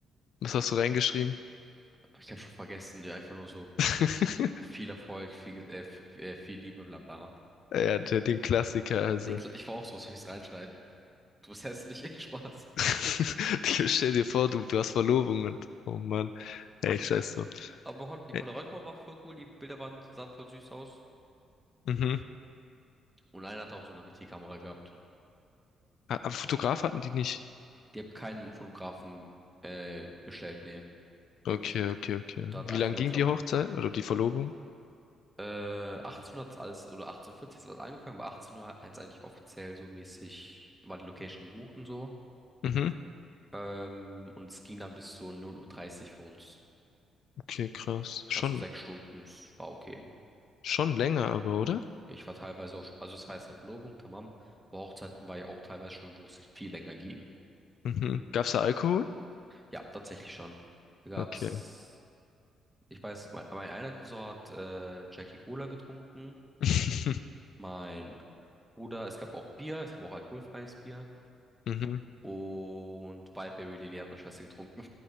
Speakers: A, on the left (about 70°); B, in the centre.
A: was hast du reingeschrieben?
B: Aber ich habe schon vergessen, ja, einfach nur so
A: <laughs>
B: viel Erfolg, viel, äh, viel, äh, viel Liebe, bla bla.
A: Ja, der, den Klassiker, also.
B: Den Kle- Ich war auch so, was soll ich reinschreiben? Du bist hässlich, <laughs> Spaß.
A: <laughs> Ich Stell dir vor, du, du hast Verlobung und, oh Mann, ey, scheiß drauf.
B: Aber man konnte, die
A: Ey,
B: Polaroid-Kamera war voll cool, die Bilder waren, sahen voll süß aus.
A: mhm.
B: Und einer hatte auch so eine richtige Kamera gehabt.
A: Ah, Aber Fotograf hatten die nicht.
B: Die haben keinen Fotografen äh, bestellt, nee.
A: Okay, okay, okay.
B: Da hat
A: Wie
B: einfach
A: lang
B: nur,
A: ging
B: glaub,
A: die Hochzeit oder die Verlobung?
B: äh, 18 hat's alles, oder 18.40 hat's alles angefangen, aber 18 Uhr hat's eigentlich offiziell so mäßig, war die Location gebucht und so.
A: Mhm.
B: Ähm, und es ging dann bis zu 0.30 Uhr dreißig für uns.
A: Okay, krass. Schon,
B: Also sechs Stunden, es war okay.
A: schon länger, aber, oder?
B: Ich war teilweise auch, also es war jetzt ja Verlobung, tamam. bei Hochzeiten war ich auch teilweise schon, wo es viel länger ging.
A: Mhm. Gab's da Alkohol?
B: Ja, tatsächlich schon. Da gab's,
A: Okay.
B: ich weiß, mein, mein einer Cousin hat äh, Jackie Cola getrunken.
A: <laughs>
B: Mein Bruder, es gab auch Bier, es gab auch alkoholfreies Bier.
A: Mhm.
B: Und Wildberry Lilly hat meine Schwester getrunken.